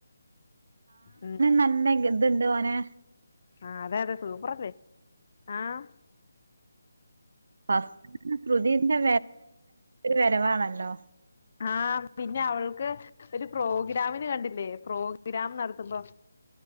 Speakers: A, on the left; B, on the right.
A: ഉം
B: നല്ലേങ്കിൽ ഇതെന്തുവോന്
A: ആഹ അതെ അതെ സൂപ്പറല്ലേ ആഹ
B: <unintelligible> വെരവാണല്ലോ
A: ആഹ് പിന്നെ അവൾക്ക് ഒരു പ്രോഗ്രാമിന് കണ്ടില്ലേ. പ്രോഗ്രാം നടത്തുമ്പോ